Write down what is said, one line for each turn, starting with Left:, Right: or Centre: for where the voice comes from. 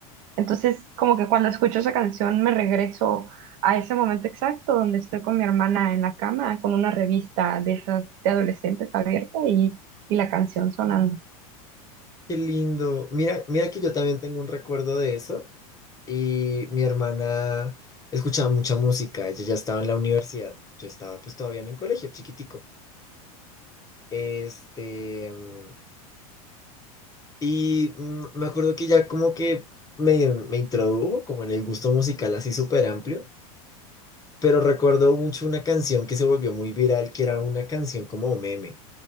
Right: Entonces, como que cuando escucho esa canción me regreso a ese momento exacto donde estoy con mi hermana en la cama con una revista de esas de adolescentes abierta y, y la canción sonando.
Left: qué lindo. Mira, mira que yo también tengo un recuerdo de eso y mi hermana escuchaba mucha música, ella ya estaba en la universidad, yo estaba pues todavía en el colegio, chiquitico. Este, mm, Y mm, me acuerdo que ya como que me, me introdujo como en el gusto musical así súper amplio, pero recuerdo mucho una canción que se volvió muy viral, que era una canción como meme.